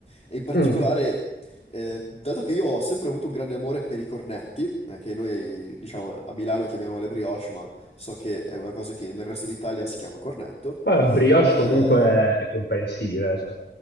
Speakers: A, on the left; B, on the left.
A: E in particolare,
B: Mm.
A: eh, dato che io ho sempre avuto un grande amore per i cornetti, eh, che noi diciamo a Milano chiamiamo le brioche, ma so che è una cosa che nel resto d'Italia si chiama cornetto.
B: Poi brioche
A: eh,
B: comunque è comprensibile, cioè,